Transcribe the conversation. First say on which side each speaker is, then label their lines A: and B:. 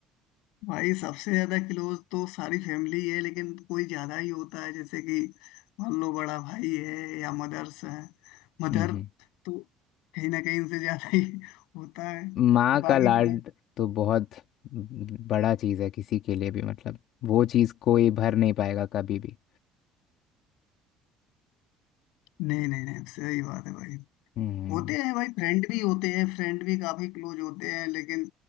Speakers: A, on the left; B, on the left.
A: भाई सबसे ज्यादा क्लोज तो सारी फैमिली है लेकिन कोई ज्यादा ही होता है जैसे कि मान लो बड़ा भाई है या मदर्स है मदर
B: हम्म
A: तो कहीं ना कहीं इनसे ज्यादा ही होता है
B: माँ
A: बाकी
B: का लाड
A: क्लोज
B: तो बहुत बड़ा चीज़ है किसी के लिए भी मतलब वो चीज़ कोई भर नहीं पाएगा कभी भी
A: नहीं नहीं नहीं नहीं सही बात है भाई
B: हम्म
A: होते हैं भाई फ्रेंड भी होते हैं फ्रेंड भी काफी क्लोज होते हैं लेकिन